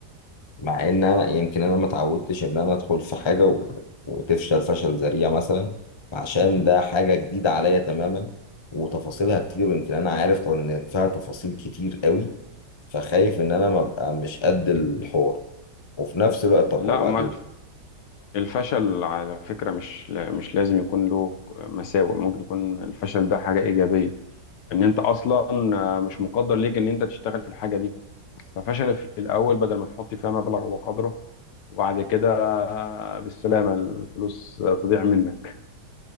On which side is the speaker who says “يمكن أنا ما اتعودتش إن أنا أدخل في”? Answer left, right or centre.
Left